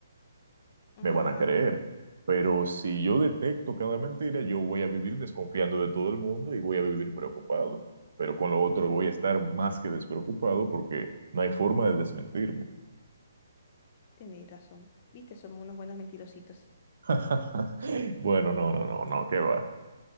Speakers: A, on the left (about 35°); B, on the right (about 65°).
A: Ajá.
B: me van a creer. Pero si yo detecto cada mentira, yo voy a vivir desconfiando de todo el mundo y voy a vivir preocupado. Pero con lo otro voy a estar más que despreocupado porque no hay forma de desmentirme.
A: Tenéis razón. Viste, somos unos buenos mentirositos.
B: <laughs> Bueno, no, no, no, no, qué va.